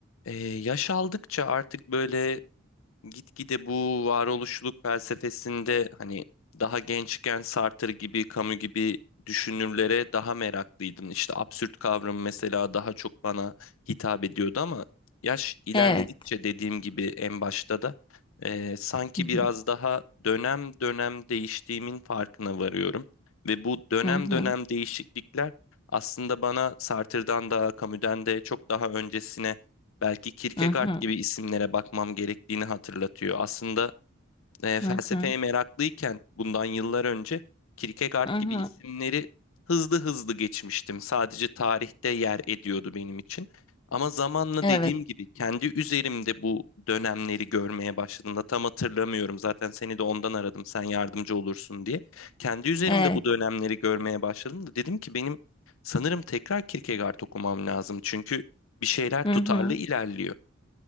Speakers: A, on the left (about 75°); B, on the left (about 25°).
A: Ee, yaş aldıkça artık böyle gitgide bu varoluşluluk felsefesinde hani daha gençken Sartre gibi, Camus gibi düşünürlere daha meraklıydım. İşte absürt kavramı mesela daha çok bana hitap ediyordu ama yaş ilerledikçe
B: Evet.
A: dediğim gibi en başta da e, sanki
B: Hı hı.
A: biraz daha dönem dönem değiştiğimin farkına varıyorum. Ve bu dönem
B: Hı hı.
A: dönem değişiklikler aslında bana Sartre'dan da Camus'den de çok daha öncesine belki Kierkegaard
B: Hı hı.
A: gibi isimlere bakmam gerektiğini hatırlatıyor. Aslında e,
B: Hı
A: felsefeye
B: hı.
A: meraklıyken bundan yıllar önce Kierkegaard
B: Hı hı.
A: gibi isimleri hızlı hızlı geçmiştim. Sadece tarihte yer ediyordu benim için. Ama zamanla
B: Evet.
A: dediğim gibi kendi üzerimde bu dönemleri görmeye başladığımda tam hatırlamıyorum. Zaten seni de ondan aradım sen yardımcı olursun diye. Kendi üzerimde
B: Evet.
A: bu dönemleri görmeye başladım da dedim ki benim sanırım tekrar Kierkegaard okumam lazım. Çünkü bir şeyler
B: Hı
A: tutarlı
B: hı.
A: ilerliyor.